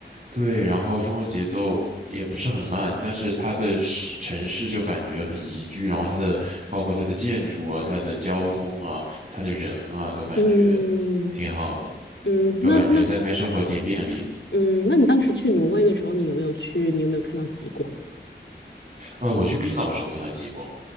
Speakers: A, on the right; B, on the left.
A: 对，然后生活节奏也不是很慢，但是它的市城市就感觉很宜居，然后它的包括它的建筑啊、它的交通啊、它的人啊，都感觉
B: 嗯
A: 挺好的，
B: 嗯，
A: 就感觉在那边生活挺便利的。
B: 那那嗯，那你当时去挪威的时候，你有没有去？你有没有看到极光？
A: 呃，我去冰岛的时候看到极光，